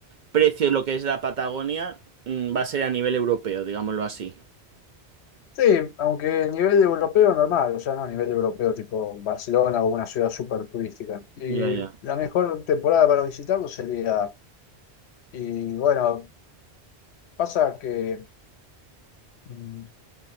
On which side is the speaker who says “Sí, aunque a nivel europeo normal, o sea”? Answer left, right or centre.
Left